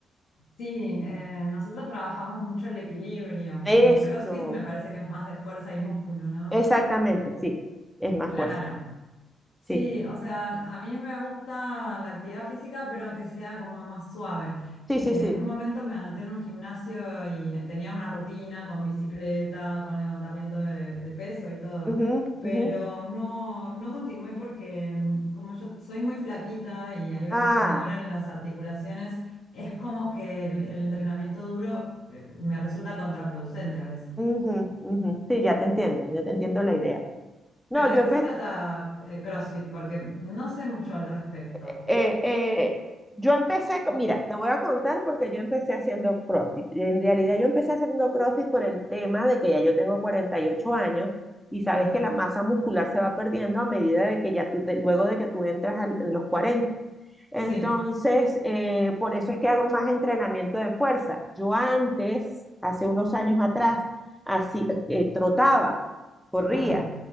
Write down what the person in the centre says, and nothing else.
Eso,
exactamente, sí, es más
fuerza,
sí,
sí,
sí, sí.
Ujú,
ujú.
Ah,
ujú, ujú. Sí, ya te entiendo, yo te entiendo la idea. No,
yo,
empe-
eh, eh, yo empecé, con- mira, te voy a contar porque yo empecé haciendo CrossFit. En realidad yo empecé haciendo CrossFit por el tema de que ya yo tengo 48 años y sabes
que la masa muscular se va perdiendo a medida de que ya tú, te- luego de que tú entras al- en los 40. Entonces,
eh, por eso es que hago más entrenamiento de fuerza. Yo antes, hace unos años atrás, así, eh, trotaba, corría